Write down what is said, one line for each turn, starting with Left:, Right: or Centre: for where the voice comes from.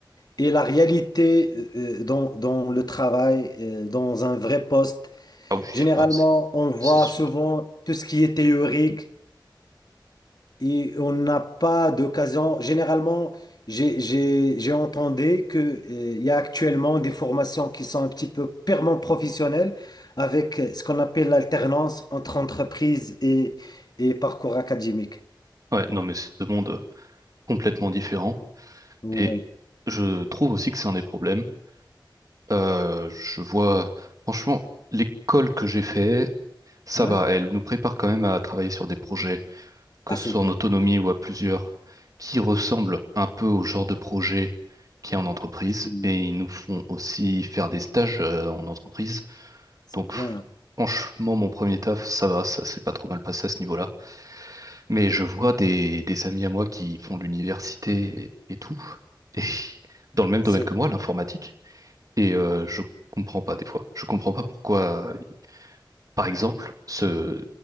Left: et la réalité euh, euh, dans, dans le travail, euh, dans un vrai poste.
Right: Ah oui,
Left: Généralement,
Right: ah, c'est
Left: on voit
Right: c'est sûr.
Left: souvent tout ce qui est théorique et on n'a pas d'occasion. Généralement, j'ai, j'ai, j'ai entendu que, euh, il y a actuellement des formations qui sont un petit peu purement professionnelles avec euh, ce qu'on appelle l'alternance entre entreprise et, et parcours académique.
Right: Ouais, non, mais c'est deux mondes euh, complètement différents.
Left: Oui.
Right: Et je trouve aussi que c'est un des problèmes. Euh, je vois, franchement, l'école que j'ai fait, ça
Left: Ouais.
Right: va, elle nous prépare quand même à travailler sur des projets, que
Left: Ah,
Right: ce
Left: c'est
Right: soit
Left: bien.
Right: en autonomie ou à plusieurs, qui ressemblent un peu au genre de projet qu'il y a en entreprise.
Left: C'est
Right: Et ils nous font aussi faire des stages euh, en entreprise
Left: c'est
Right: Donc,
Left: bien.
Right: franchement, mon premier taf, ça va, ça s'est pas trop mal passé à ce niveau-là. Mais je vois des, des amis à moi qui font de l'université et, et tout, et <laughs> dans le même domaine
Left: C'est
Right: que moi, l'informatique. Et euh, je comprends pas des fois. Je comprends pas pourquoi, par exemple, ce,